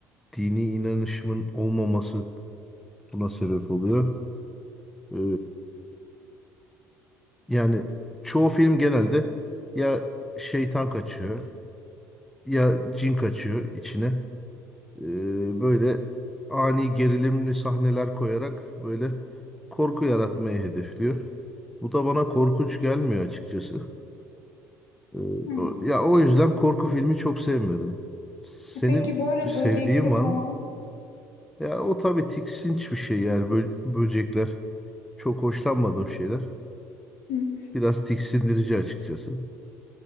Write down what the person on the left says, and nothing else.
Hı.
E Peki böyle
böcekli
falan
Hı.